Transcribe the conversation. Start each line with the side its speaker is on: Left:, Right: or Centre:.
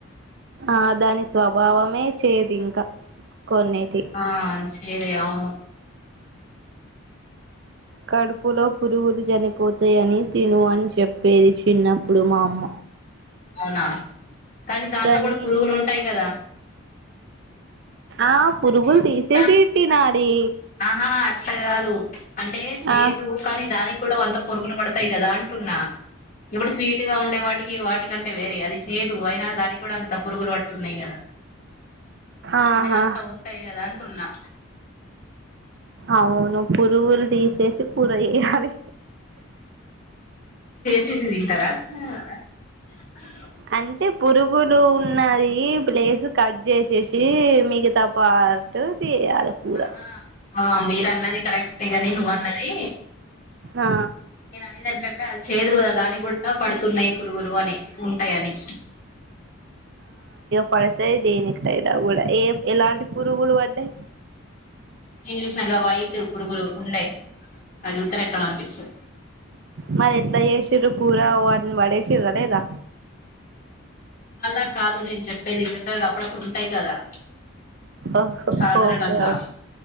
Right: ఆ దాని స్వభావమే చేదు ఇంక కొన్నీటి
Left: ఆ చేదే అవును
Right: కడుపులో పురుగులు చనిపోతాయని తిను అని చెప్పేది చిన్నప్పుడు మా అమ్మ
Left: అవునా దాంట్లో
Right: కానీ,
Left: కూడా పురుగులు ఉంటాయి కదా
Right: ఆ
Left: అంత
Right: పురుగులు
Left: చేదు
Right: తీసేసి
Left: ఉన్నా
Right: తినాలి
Left: ఆహా అట్లా కాదు, అంటే చేయ్యదు
Right: ఆ
Left: కానీ దానికి కూడా వంత పురుగులు పడతాయి కదా దాంటున్నా ఎపుడు స్వీట్ గా ఉండే వాటికి, వాటికంటే వేరె యాది ఛేదు, అయినగాని కూడ అంత పురుగులు పట్టున్నాయ్ కదా.
Right: ఆహా
Left: కొన్ని దాంట్లో ఉంటయ్ కదా అంటున్నా
Right: అవును పురుగులు తీసేసి కూర చె అది
Left: <unintelligible>
Right: అంటే పురుగులు ఉన్నది ప్లేస్ కట్ చేసేసి మిగతా పార్ట్ తీయాలి కూర
Left: ఆహా ఆ మీరు అన్నది కరెక్టే గాని నువ్వ అన్నది
Right: ఆ
Left: నేను అనేది ఏంటంటే అది చేదు కద దానికి కూడా గా పడుతున్నాయి పురుగురు అని ఉంటాయని
Right: పడతాయిదేని ద కూడా ఏ ఎలాంటి పురుగులు పడ్డాయి
Left: నేను చూసినగా వైట్ పురుగులు ఉన్నాయి అవి చూస్తేనే ఎట్లనో అనిపిస్తుంది.
Right: మరి ఎట్లా చేసిండ్రు కూర వాటిని పడేసిరా లేదా
Left: ఇవాళ కాదు నేను చెప్పేది జనరల్ గా అప్పుడప్పుడు ఉంటాయి కదా
Right: ఓహో
Left: సాధారణంగా
Right: ఓకే ఓకే